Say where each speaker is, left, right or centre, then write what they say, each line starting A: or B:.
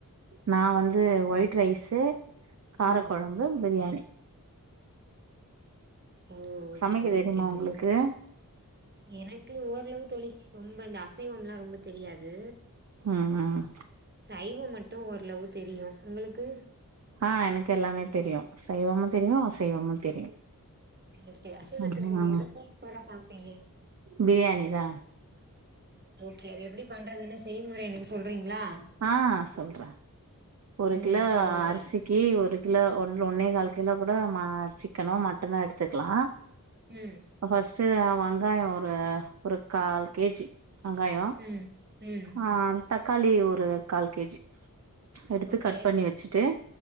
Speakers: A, on the right; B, on the right.
A: நா வந்து ஒயிட் ரைஸு காரக்கொழம்பு
B: ம்
A: பிரியாணி
B: ம் ஓகே
A: சமைக்க
B: தோழி
A: தெரியுமா
B: ஓகே தோழி
A: உங்களுக்கு
B: எனக்கு ஓரளவு தோழி ரொம்ப அந்த அசைவல்லா ரொம்ப தெரியாது
A: ம் ம்
B: சைவ‌ மட்டு ஓரளவு தெரியு உங்களுக்கு
A: ஆ எனக்கு எல்லாமே தெரியு சைவமு தெரியு அசைவமு தெரியு
B: ஓகே அசைவத்துல
A: ஆ
B: நீங்க எத சூப்பரா சமைப்பீங்க
A: பிரியாணி தா
B: ஓகே அது எப்டி பண்றதுன்னு செய்யமுறை நீங்க சொல்றீங்களா
A: ஆ சொல்ற ஒரு
B: ம்
A: கிலோ
B: சொல்லுங்க தோழி
A: அரிசி க்கு ஒரு கிலோ ஒன்ற ஒன்னே கால் கிலோ கூட மா சிக்கனோ மட்டனோ எடுத்துக்கலா
B: ம்
A: ஃபஸ்ட்டு அ வெங்காயோ ஒரு ஒரு கால் கேஜி வெங்காயோ
B: ம் ம்
A: ஆ தக்காளி ஒரு கால் கேஜி எடுத்து
B: ஓகே
A: கட் பண்ணி வச்சுட்டு